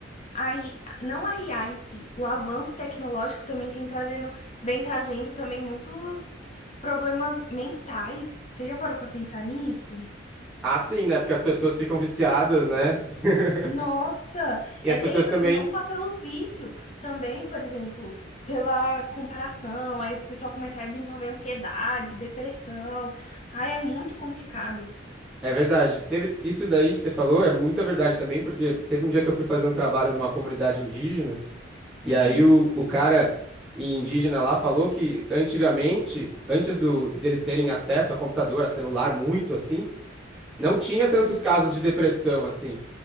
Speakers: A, on the left; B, in the centre.
A: a I- A, não a IA em si, o avanço tecnológico também tem trazendo, vem trazendo também muitos problemas mentais. Você já parou para pensar nisso?
B: Ah, sim, né? Porque as pessoas ficam viciadas, né? <laughs>
A: Nossa,
B: E
A: é
B: as pessoas
A: terrível,
B: também.
A: e não só pelo vício, também, por exemplo, pela comparação, aí o pessoal começa a desenvolver ansiedade, depressão. Ai, é muito complicado.
B: É verdade. Teve isso daí que você falou é muita verdade também, porque teve um dia que eu fui fazer um trabalho numa comunidade indígena, e
A: Uhum,
B: aí o, o cara indígena lá falou que antigamente, antes do deles terem acesso a computador, a celular, muito assim, não tinha
A: uhum.
B: tantos casos de depressão assim.